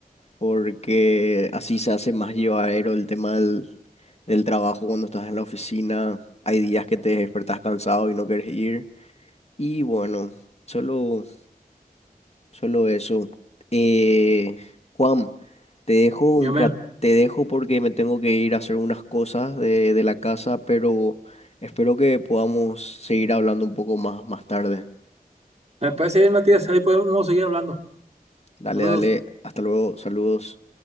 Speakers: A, on the left; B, on the right.
A: porque así se hace más llevadero el tema del, del trabajo cuando estás en la oficina. Hay días que te despertás cansado y no quieres ir. Y bueno, solo, solo eso. Eh, Juan, te dejo
B: Yo
A: un
B: me,
A: ra- te dejo porque me tengo que ir a hacer unas cosas de, de la casa, pero espero que podamos seguir hablando un poco más más tarde.
B: me parece bien, Matías, ahí podemos seguir hablando.
A: Dale,
B: Saludos.
A: dale, hasta luego, saludos.